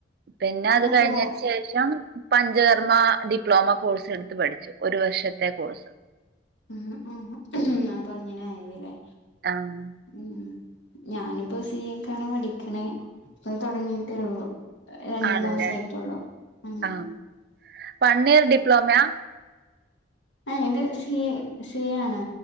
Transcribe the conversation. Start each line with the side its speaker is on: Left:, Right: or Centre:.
Right: പിന്നെ അത്
Left: അപ്പൊ
Right: കഴിഞ്ഞേന് ശേഷം പഞ്ചകർമ്മ ഡിപ്ലോമ കോഴ്സെടുത്ത് പഠിച്ചു ഒരു വർഷത്തെ കോഴ്സ്
Left: ഉം ഉം അപ്പൊ അങ്ങനെ ആയ്വില്ലേ
Right: ആഹ്
Left: ഉം ഞാനിപ്പോ സി ഏക്കാണ് പഠിക്കണേ ഇപ്പത് തൊടങ്ങീട്ടേ ഒള്ളു എഹ് രണ്ട്
Right: ആണല്ലേ?
Left: മാസായിട്ടൊള്ളൂ ഉം
Right: ആ. വൺ ഈയർ ഡിപ്ലോമയാ
Left: ഏഹ് ഇത് സി എ സി എ ആണ്